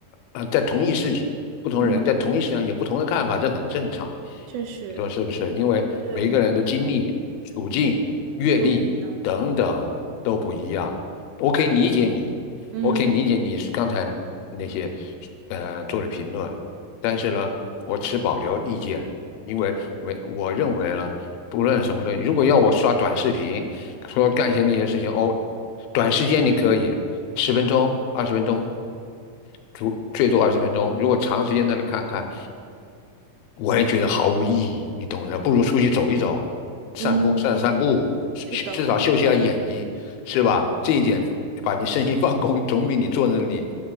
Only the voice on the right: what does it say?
嗯，
确实，
对，
嗯，
都不一样。
嗯
嗯，
是的，